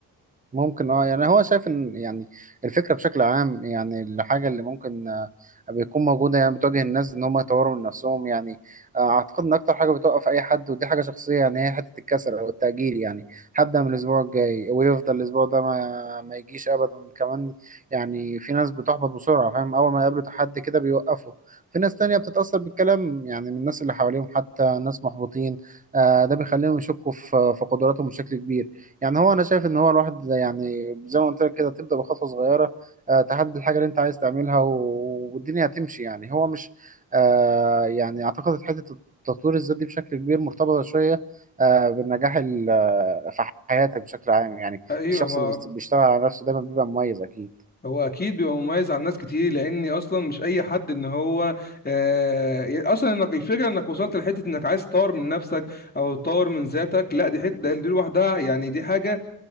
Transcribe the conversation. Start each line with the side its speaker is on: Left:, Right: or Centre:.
Right: ممكن اه يعني هو شايف ان يعني الفكره بشكل عام يعني الحاجه اللي ممكن آه، بتكون موجوده يعني بتواجه الناس ان هم يطوروا من نفسهم يعني آه، اعتقد ان اكتر حاجه بتوقف اي حد ودي حاجه شخصيه يعني هي حته الكسل او التاجيل يعني هبدا من الاسبوع الجاي ويفضل الاسبوع ده ما ما يجيش ابدا كمان يعني في ناس بتحبط بسرعه فاهم اول ما يقابلوا تحدي كده بيوقفوا في ناس تانية بتتاثر بالكلام يعني من الناس اللي حواليهم حتى ناس محبطين آه، ده بيخليهم يشكوا في في قدراتهم بشكل كبير يعني هو انا شايف ان هو الواحد يعني زي ما قلت لك كده تبدا بخطوه صغيره آه، تحدد الحاجه اللي انت عايز تعملها و- والدنيا هتمشي يعني هو مش آه، يعني اعتقد حته التطوير الذاتي بشكل كبير مرتبطه شويه آه، بالنجاح ال- آه، في حياتك بشكل عام يعني
Left: ايوه
Right: الشخص
Left: ما
Right: اللي بيست- بيشتغل على نفسه دايما بيبقى مميز اكيد
Left: هو اكيد بيبقى مميز عن ناس كتير لاني اصلا مش اي حد ان هو آه اصلا انك الفكره انك وصلت لحته انك عايز تطور من نفسك او تطور من ذاتك لا دي حته ده- دي لوحدها يعني دي حاجه